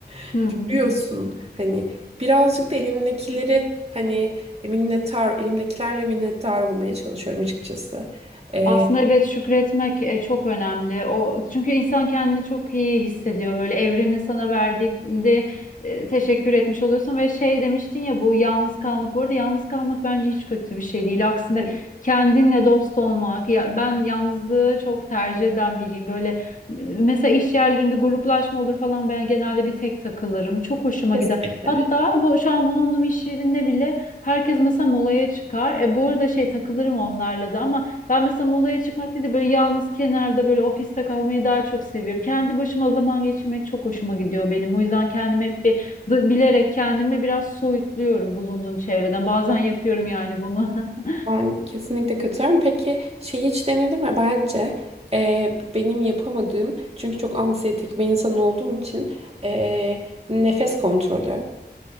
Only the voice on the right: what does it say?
<laughs>
Görüyorsun. Hani birazcık da elimdekileri hani e, minnettar, elimdekilerle minnettar olmaya çalışıyorum açıkçası. Ee,
evet,
kesinlikle.
Ben kesinlikle katılıyorum. Peki şey hiç denedin mi? Bence e, benim yapamadığım çünkü çok anksiyetik bir insan olduğum için e, nefes kontrolü.